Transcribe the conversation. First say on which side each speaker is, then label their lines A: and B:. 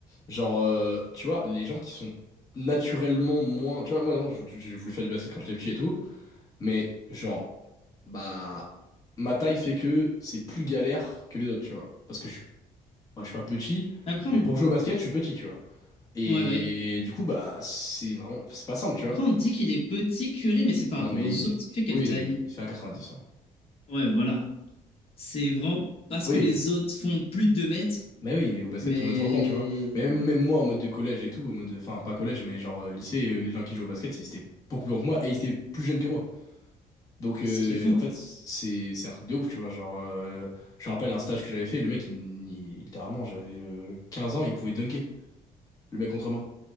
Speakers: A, on the left; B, on the left.
A: Genre, euh, tu vois, les gens qui sont naturellement moins... Tu vois, moi, non, j'ai voulu j'ai voulu faire du basket quand j'étais petit et tout. Mais, genre... Bah... Ma taille fait que c'est plus galère que les autres, tu vois. Parce que je suis, enfin, je suis pas petit,
B: Après,
A: mais
B: on...
A: pour jouer au basket, je suis petit, tu vois. Et
B: ouais, bah oui.
A: du coup, bah, c'est vraiment... C'est pas simple, tu
B: Après,
A: vois.
B: on dit qu'il est petit Curry, mais c'est par
A: Non,
B: rapport
A: mais
B: aux
A: il-
B: autres Il fait quelle
A: oui,
B: taille.
A: oui, il fait un 90. hein.
B: Ouais, voilà. C'est vraiment parce
A: Oui,
B: que les autres font plus de 2 mètres,
A: mais oui, au basket,
B: mais
A: tout le monde est trop grand, tu vois. Mais même, même moi, en mode de collège et tout, en mode de- enfin, pas collège, mais genre euh, lycée, euh, les gens qui jouent au basket, ils étaient beaucoup plus grands que moi et ils étaient plus jeunes que moi. Donc, euh,
B: ce qui est fou.
A: en fait, c'est c'est un truc de ouf, tu vois. Genre, euh, je me rappelle un stage que j'avais fait, le mec, il, me- il- littéralement, j'avais euh, 15 ans, il pouvait dunker, le mec contre moi.